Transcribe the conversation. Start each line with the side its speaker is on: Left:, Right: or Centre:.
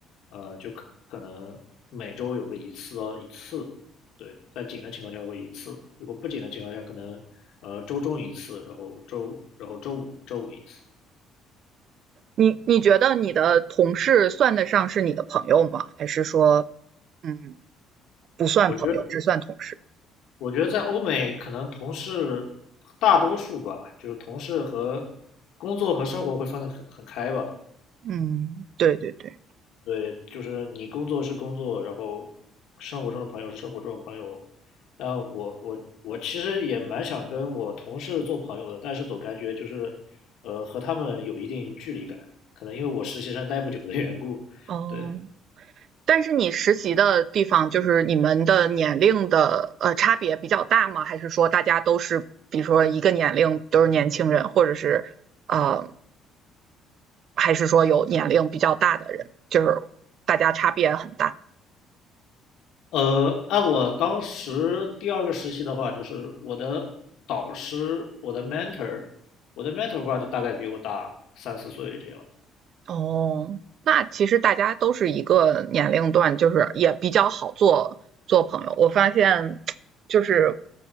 Left: 呃，就可可能每周有个一次到一次，对，在紧的情况下会一次，如果不紧的情况下，可能呃周中一次，然后周然后周五周五一次。
Right: 你你觉得你的同事算得上是你的朋友吗？还是说，嗯，不算朋友，
Left: 我觉得
Right: 只算同事？
Left: 我觉得在欧美可能同事大多数吧，就是同事和工作和生活会分得很很开吧，
Right: 嗯，对对对，
Left: 对，就是你工作是工作，然后生活中的朋友是生活中的朋友。但我我我其实也蛮想跟我同事做朋友的，但是总感觉就是，呃，和他们有一定距离感，可能因为我实习生待不久的缘故。
Right: 哦。
Left: 对，
Right: 但是你实习的地方，就是你们的年龄的呃差别比较大吗？还是说大家都是，比如说一个年龄都是年轻人，或者是呃，还是说有年龄比较大的人，就是大家差别很大？
Left: 呃，按我当时第二个实习的话，就是我的导师，我的 mentor，我的 mentor 的话就大概比我大三四岁这样。
Right: 哦，那其实大家都是一个年龄段，就是也比较好做做朋友。我发现就是，